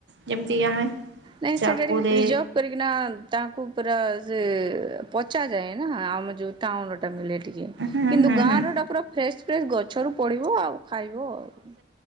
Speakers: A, on the right; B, on the right.
A: ଯେମିତିକି ଆମେ
B: ନାଇଁ
A: ଚାକୁରେ
B: ସେଇଟା ଟିକେ ପ୍ରିଜପ କରିକିନା ତାଙ୍କୁ ପୁରା ସେ ପଚାଯାଏ ନା ଆମ ଯୋଉ ଟାଉନରେ ଟା ମିଳେ ଟିକେ
A: ହୁଁ
B: କିନ୍ତୁ
A: ହୁଁ
B: ଗାଁରୁ
A: ହୁଁ
B: ଏଟାପୁରା ଫ୍ରେସ ଫ୍ରେସ ଗଛ ଗଛରୁ ପଡ଼ିବ ଆଉ ଖାଇବୁ ଆଉ